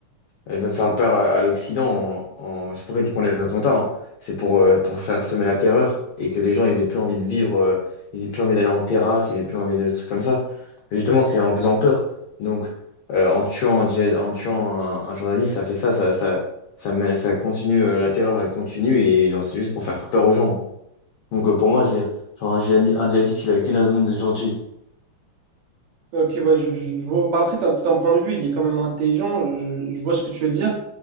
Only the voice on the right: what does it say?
Ok, ouais, je, je- je vois. Bah après, t'as- ton point de vue, il est quand même intelligent. Je, je vois ce que tu veux dire.